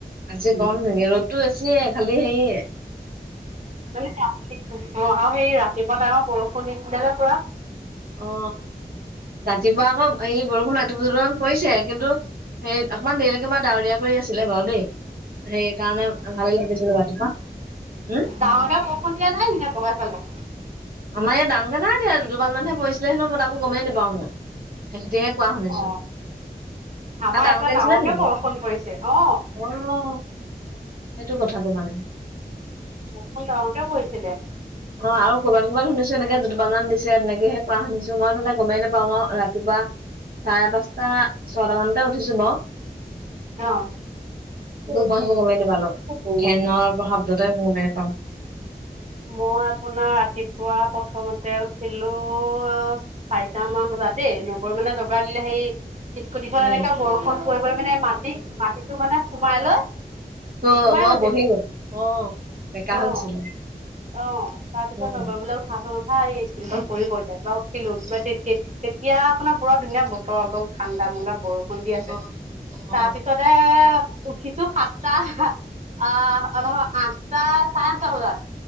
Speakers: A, on the right; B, on the right.
A: আজি কম নেকি ৰ'দতটো বেছিয়ে খালি হেয়ে
B: মানে অ আৰু সেই ৰাতিপুৱা টাইমত বৰষুণ দিছিলে যে পুৰা
A: অ ৰাতিপুৱা আকৌ এইে বৰষুণ এটোপ দুটোপ মান পৰিছে কিন্তু হে অকমান দেৰিলৈকে বাৰ ডাৱৰীয়া কৰি আছিলে বাৰু দেই সেইকাৰণে ভালে লাগিছিল ৰাতিপুৱা উম,
B: ডাঙকে বৰষুণ দিয়া নাই নে বগাই ফালে
A: আমাৰ ইয়াত ডাঙৰ কে নাই দিয়া দুটুপাল মানেহে পৰিছিলে মই তাকো গমেেই নাপাওঁ মই সিহঁতিয়ে কোৱা শুনিছোঁ
B: অ আমাৰ
A: তাত ডাঙৰকে
B: এইফালে
A: দিছিলা নেকি
B: বৰষুণ পৰিছে অ
A: অ সেইটো কথাটো মানে
B: বৰষুণ ডাঙৰকে পৰিছিলে
A: অ আৰু কবাত ক'বাত শুনিছো এনেকে দু কপালমান দিছে তেনেকেহে কোৱা শুনিছোঁ মই তহলে গমেই নাপাওঁ আৰু ৰাতিপুৱা চাৰে পাঁচটা ছয়টা মানতে উঠিছোঁ বাৰু
B: অ
A: ম কমাই পালোঁ ফেনৰ শব্দটাই ব পাওঁ।
B: মই আপোনাৰ ৰাতিপুৱা প্ৰথমতে উঠিলো চাৰিটা মান বজাত য দেই নবৈ মানে যোগাৰ দিলে সেই স্কুটিখন
A: উম
B: এনেকাে বৰষুণ পৰি পৰি মানে মাটি মাটিতটো মানে সোমাই লৈ
A: উ
B: সোমাই
A: মই
B: গৈছিলে
A: বহি গলোঁ অ বেকা হৈ
B: অ
A: গৈছিলে।
B: অ তাৰ পিছত
A: উম
B: নবৈ বোলে উঠা ক এই স্কুটিখন পৰিব এতিয়া উঠিলোঁ তেতিয়া আপোনাৰ পুৰা ধুনীয়া বতৰ ঠন্দা মন্দা বৰষুণ দি আছে
A: অ অ
B: তাৰপিছতে উঠিছোঁ সাতটা আহ নহয় আঠটা চাৰে আঠটা বজাত